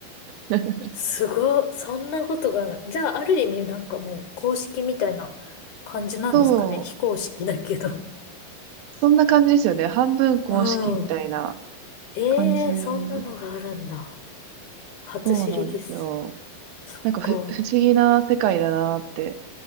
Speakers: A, on the right; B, on the left.
A: <laughs>
B: すごい、そんなことがある。じゃあ、ある意味、なんかもう、公式みたいな感じなんですかね。
A: そう。
B: 非公式だけど。
A: そんな感じですよね。半分公式みたいな
B: うん。<laughs> ええー、
A: 感じ。
B: そんなのがあるんだ。初知りです。
A: そうなんですよ。
B: そっか。
A: なんかふ、不思議な世界だなって